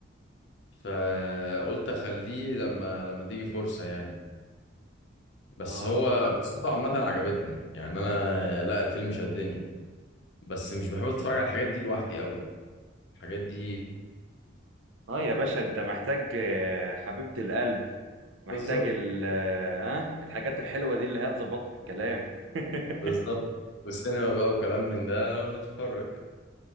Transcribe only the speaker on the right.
آه
آه يا باشا أنت محتاج آه، حبيبة القلب محتاج
ال آه، ها الحاجات الحلوة دي اللي هي تظبط الكلام <laughs>